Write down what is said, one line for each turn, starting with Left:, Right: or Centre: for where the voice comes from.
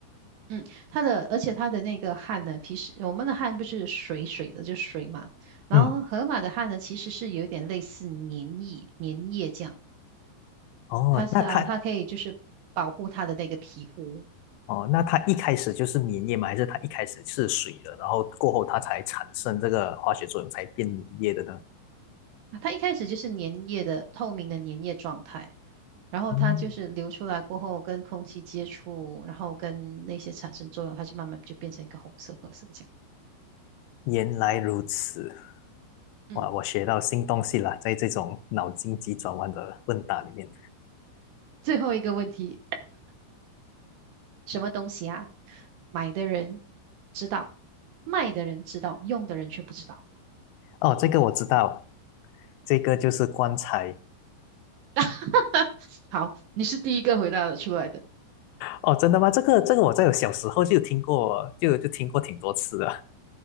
Right: 嗯，它的而且它的那个汗呢，平时我们的汗不是水水的，就水嘛。然后河马的汗呢，
Left: 嗯，
Right: 其实是有点类似粘液、粘液这样。
Left: 哦，
Right: 它是啊，
Left: 那它
Right: 它可以就是保护它的那个皮肤。
Left: 哦，那它一开始就是粘液吗？还是它一开始是水的，然后过后它才产生这个化学作用，才变粘液的呢？
Right: 啊它一开始就是粘液的透明的粘液状态，然后它就是流出来过后跟空气接触，
Left: 嗯。
Right: 然后跟那些产生作用，它就慢慢就变成一个红色、褐色这样。
Left: 原来如此，
Right: 嗯，
Left: 哇，我学到新东西了，在这种脑筋急转弯的问答里面。
Right: 最后一个问题，什么东西啊？买的人知道，卖的人知道，用的人却不知道。
Left: 哦，这个我知道，这个就是棺材。
Right: <laughs> 好，你是第一个回答得出来的。
Left: 哦，真的吗？这个这个我在我小时候就有听过，就就听过挺多次的。